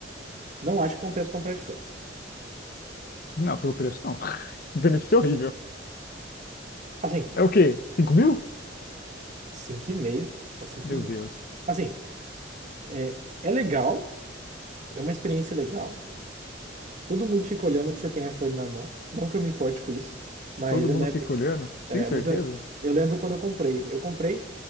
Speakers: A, on the right (about 40°); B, on the left (about 50°).
A: não acho que compensa comprar esse fone.
B: Não, pelo preço não. <laughs> O benefício é horrível.
A: Assim,
B: É o quê? 5 mil?
A: 5,5. Tá cinco
B: Meu
A: e meio
B: Deus.
A: Assim, é, é legal. É uma experiência legal. Todo mundo fica olhando que você tem iPhone na mão. Não que eu me importe com isso. Mas
B: Todo
A: eu
B: mundo
A: lembro.
B: fica olhando.
A: é,
B: Tem certeza?
A: mas eu, eu lembro quando eu comprei. Eu comprei